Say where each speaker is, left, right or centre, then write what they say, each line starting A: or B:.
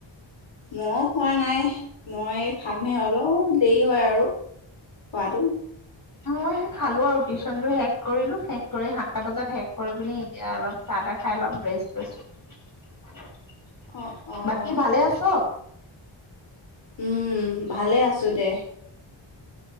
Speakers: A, on the left; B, on the left.
A: মইও খোৱা নাই, মই খামহে অলপ দেৰি হয় আৰু খোৱাটো।
B: মই হে খালো আৰু টিউশচনটো শেষ কৰিলো শেষ কৰি সাতটা বজাত শেষ কৰি পিনি এতিয়া অলপ চাহ তাহ খাই অলপ ৰেষ্ট লৈছোঁ।
A: অ' অ'
B: বাকী ভালে আছ।
A: উম' ভালে আছো দে।